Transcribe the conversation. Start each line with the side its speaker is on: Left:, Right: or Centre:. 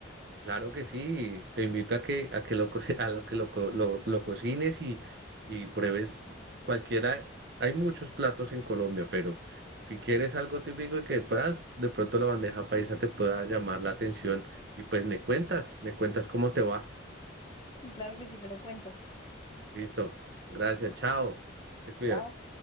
Right: Claro que sí, te invito a que, a que, lo, co- <laughs> a lo que lo, co- lo, lo cocines y, y pruebes cualquiera. Hay muchos platos en Colombia, pero si quieres algo típico y que puedas, de pronto la bandeja paisa te pueda llamar la atención y pues me cuentas, me cuentas cómo te va.
Left: Sí, claro que sí, te lo cuento.
Right: Listo, gracias, chao, te cuidas.
Left: Chao.